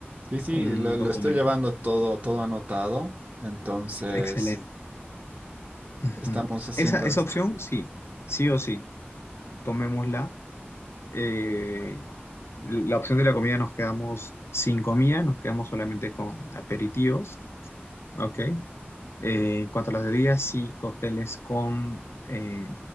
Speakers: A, on the right; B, on the left.
A: Sí, sí,
B: un
A: lo, lo
B: documento.
A: estoy llevando todo, todo anotado, entonces
B: Excelente. Ujú.
A: estamos haciendo
B: Esa, esa
A: esto.
B: opción, sí. Sí o sí, tomémosla. Eh, la opción de la comida nos quedamos sin comida, nos quedamos solamente con aperitivos, ¿ok? Eh, en cuanto a las bebidas, sí, cócteles con, eh,